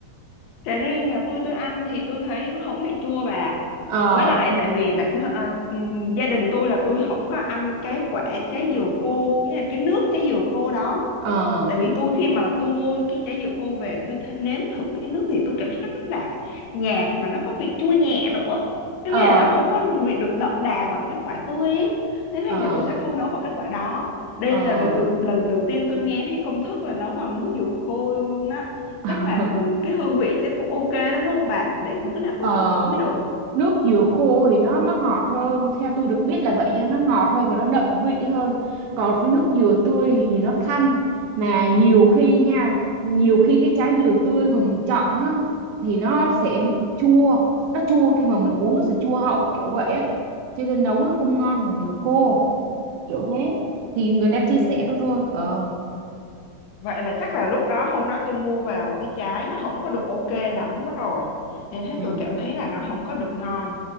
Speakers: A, on the left; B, on the right.
A: Cà ri nhà tôi tôi ăn thì tôi thấy nó không bị chua bà.
B: ờ
A: Với lại
B: vậy
A: tại
B: hả?
A: vì bản thân- à, ừm, gia đình tôi là tôi không có ăn cái quả trái dừa khô, cái là cái nước trái dừa khô đó.
B: ờ
A: Tại vì tôi khi mà tôi mua cái trái dừa khô về tôi th- nếm thử cái nước thì tôi cảm thấy nó rất là nhạt mà nó có vị chua nhẹ nữa.
B: ờ
A: Có nghĩa là nó không có vị được đậm đà bằng cái quả tươi ấy. Nên là
B: ờ
A: nhà tôi sẽ không nấu bằng cái quả đó. Đây
B: ờ
A: là lần, lần đầu tiên tôi nghe thấy công thức là nấu bằng nước dừa khô luôn á
B: <laughs>
A: chắc là cái hương vị chứ cũng ok lắm đúng không bà để bữa nào
B: ờ
A: tôi phải thử mới được
B: nước dừa khô thì nó nó ngọt hơn theo tôi được biết là vậy nha nó ngọt hơn và nó đậm vị hơn còn cái nước dừa tươi thì nó thanh mà nhiều khi nha nhiều khi cái trái dừa tươi mà mình chọn á thì nó sẽ bị chua nó chua khi mà mình uống nó sẽ chua hậu kiểu vậy á cho nên nấu nó không ngon bằng dừa khô kiểu thế thì người ta
A: Ừ,
B: chia sẻ thôi thôi ờ
A: vậy là chắc là lúc đó hôm đó tôi mua vào cái trái nó không có được ok lắm rồi nên thế
B: ừ.
A: tôi cảm thấy là nó không có được ngon